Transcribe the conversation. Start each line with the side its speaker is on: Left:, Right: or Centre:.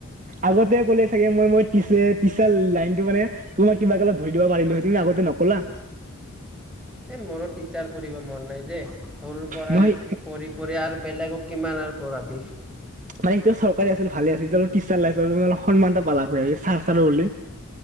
Right: আগতে ক'লে চাগে মই মই পিচে পিছে লাইনটো মানে তোমাক কিবাত ধৰি দিব পাৰিলোহ তুমি আগতে নকলা
Centre: এই মোৰো টিচাৰ কৰিব মন নাই যে সৰুৰ পৰাই
Right: নহয়
Centre: পঢ়ি পঢ়ি আৰু বেলেগক কিমান আৰু <unintelligible>
Right: মানে এতিয়া চৰকাৰী আছিল ভালে আছিল এতি অলপ টচাৰ লাইছিল অলপ সন্মান এটা পালা চাৰ চাৰো বুলি